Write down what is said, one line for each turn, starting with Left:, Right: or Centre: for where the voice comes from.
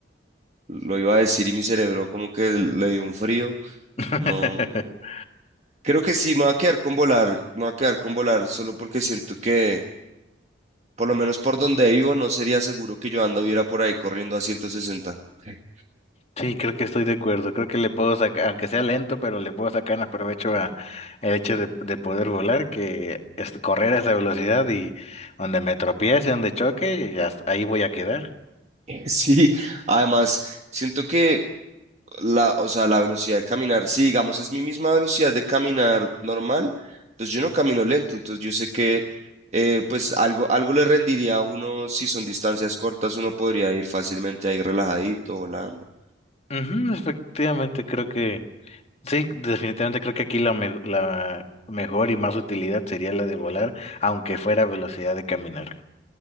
Right: lo iba a decir y mi cerebro como que le dio un frío.
Left: <laughs>
Right: No, creo que sí, me voy a quedar con volar, me voy a quedar con volar solo porque siento que... Por lo menos por donde vivo, no sería seguro que yo anduviera por ahí corriendo a ciento sesenta. <laughs>
Left: Sí, creo que estoy de acuerdo. Creo que le puedo sacar, aunque sea lento, pero le puedo sacar más provecho a el hecho de, de poder volar que es- correr a esa velocidad y donde me tropiece, donde choque, y hasta ahí voy a quedar.
Right: Sí, además, siento que la, o sea, la velocidad de caminar, si digamos es mi misma velocidad de caminar normal, pues yo no camino lento, entonces yo sé que eh, pues algo, algo le rendiría a uno, si son distancias cortas, uno podría ir fácilmente ahí relajadito, volando.
Left: Ujú, efectivamente, creo que Sí, definitivamente creo que aquí la, me- la mejor y más utilidad sería la de volar, aunque fuera velocidad de caminar.